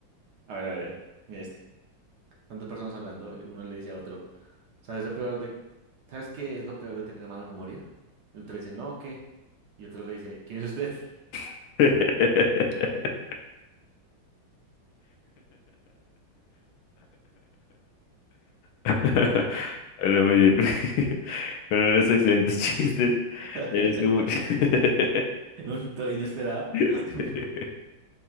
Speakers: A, on the right (about 65°); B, on the left (about 85°).
A: A ver, a ver, mira este. Tantas personas hablando, el- uno le dice a otro, ¿sabes lo peor de... ¿Sabes qué es lo peor de tener mala memoria? El otro dice, no, ¿qué? Y otro le dice, ¿quién es usted?
B: <laughs> <laughs> <laughs> Bueno, muy bien. <laughs> Bueno, unos excelentes <laughs> chistes.
A: <laughs>
B: Te agradezco mucho.
A: <laughs>
B: <laughs>
A: <laughs> Todo inesperado.
B: Sí.
A: <laughs>